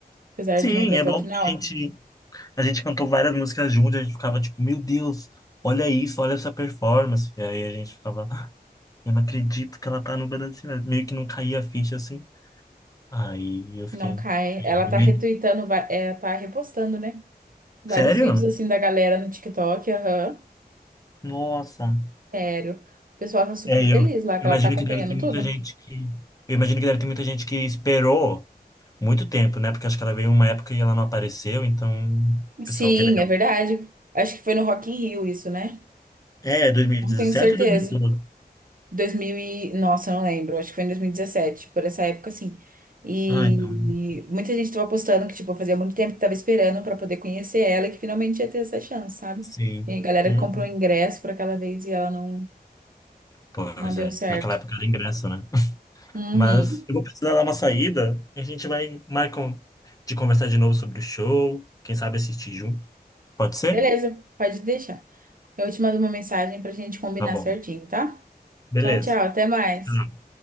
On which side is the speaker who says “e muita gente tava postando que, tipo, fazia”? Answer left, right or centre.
Right